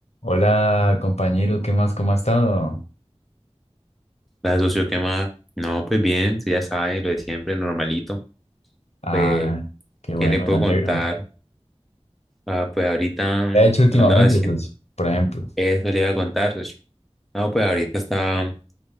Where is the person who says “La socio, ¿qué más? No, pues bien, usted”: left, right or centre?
Centre